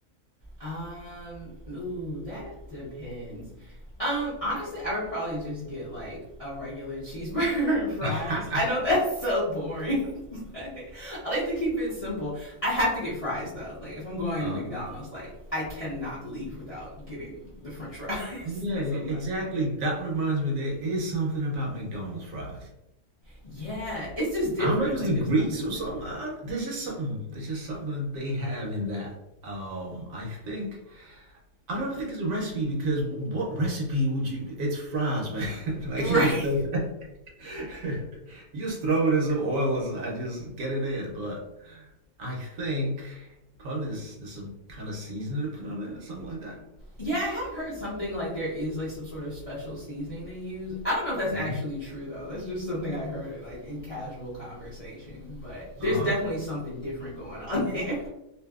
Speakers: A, on the left; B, on the right.
A: Um, ooh, that depends. Um, honestly, I would probably just get like a regular cheeseburger <laughs> and fries.
B: <laughs>
A: I know that's so boring, <laughs> but I like to keep it simple. I have to get fries though. Like if I'm going
B: Uh,
A: to McDonald's, like I cannot leave without getting the French fries.
B: yeah,
A: <laughs> that's
B: exactly.
A: a must have.
B: That reminds me, there is something about McDonald's fries.
A: Yeah, it's just different.
B: I don't know if it's
A: Like
B: the
A: there's
B: grease
A: nothing
B: or
A: like
B: something.
A: it.
B: I, there's just something. There's just something they have in that. Um, I think I don't think it's a recipe because what recipe would you? It's fries, man. <laughs> Like
A: <laughs> Right.
B: you just throw, <laughs> you just throw it in some oil and I just get it in. But I think probably there's, there's some kind of seasoning to put on it, something like that.
A: Yeah, I have heard something like there is like some sort of special seasoning they use. I don't know if that's
B: hmm
A: actually true though. That's just something I heard like in casual conversation. But there's
B: Uh-huh.
A: definitely something different going on <laughs> there.